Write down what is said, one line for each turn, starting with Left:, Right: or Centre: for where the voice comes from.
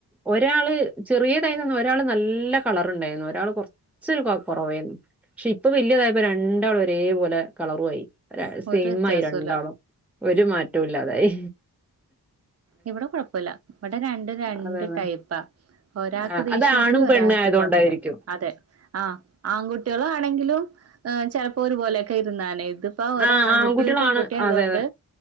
Centre: ഒരാള് ചെറേതായി ന്ന ന്നു ഒരാള് നല്ല കളർണ്ടായിരുന്നു ഒരാൾ കൊർച്ച് ഇച്ച് കുറവേന്നു പക്ഷെ ഇപ്പൊ വലിയതായപ്പോ രണ്ടാളും ഒരേ പോലെ കളറു വായി സെയിമായി
Right: ഒരു വ്യത്യാസവുല്ല
Centre: രണ്ടാളും ഒരു മാറ്റവുല്ലാതായി
Right: ഇവിടെ കുഴപ്പല്ല ഇവിടെ രണ്ട് രണ്ട്
Centre: അതാണ്
Right: ടൈപ്പാ ഒരാൾക്ക്
Centre: ആഹ്
Right: ദേഷ്യാണെങ്കി
Centre: അത് ആണും
Right: ഒരാള
Centre: പെണ്ണും ആയതുകൊണ്ടായിരിക്കും
Right: ത്ത് ക്കൊഴപ്പല്ല അതെ അ ആൺകുട്ടിളാണെങ്കിലും ചലപ്പോ ഒരുപോലെയൊക്കെ ഇരുന്നാലെ ഇത് ഇപ്പൊ ഒരു
Centre: ആഹ്
Right: ആൺകുട്ടി
Centre: ആൺകുട്ടികളാണ്
Right: ഒരു പെൺകുട്ടി ആയതുകൊണ്ട്
Centre: അതെ